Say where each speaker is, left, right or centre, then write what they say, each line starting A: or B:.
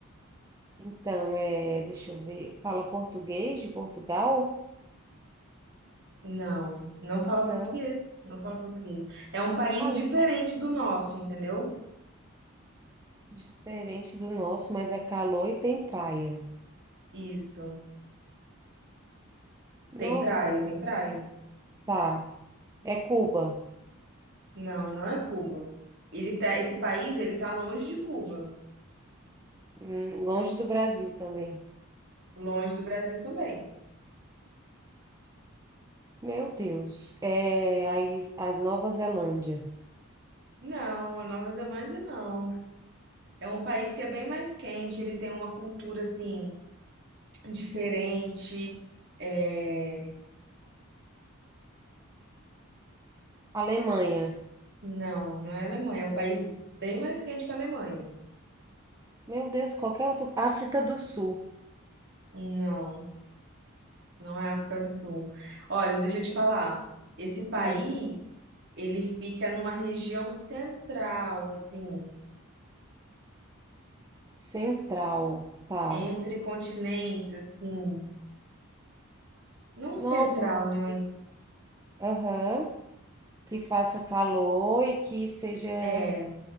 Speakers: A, on the right; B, on the right.
A: Então, é, deixa eu ver. Fala português de Portugal?
B: Não, não fala
A: Não.
B: português. Não fala português. É um país
A: Ah, não.
B: diferente do nosso, entendeu?
A: Diferente do nosso, mas é calor e tem praia.
B: Isso.
A: Nossa.
B: Tem praia, tem praia.
A: Tá. É Cuba.
B: Não, não é Cuba. Ele tá, esse país, ele tá longe de Cuba,
A: Hum, longe do Brasil também.
B: longe do Brasil também.
A: Meu Deus. É a, Is- a Nova Zelândia.
B: Não, a Nova Zelândia não. É um país que é bem mais quente, ele tem uma cultura assim diferente. É,
A: Alemanha.
B: Não, não é Alemanha, é um país bem mais quente que a Alemanha.
A: Meu Deus, qualquer outro. África do Sul.
B: Não, não é África do Sul. Olha, deixa eu te falar. Esse país,
A: Hum,
B: ele fica numa região central, assim,
A: Central. Tá.
B: entre continentes, assim, não
A: Nossa,
B: central,
A: mas
B: né, mas
A: que- Aham. Que faça calor e que seja.
B: é,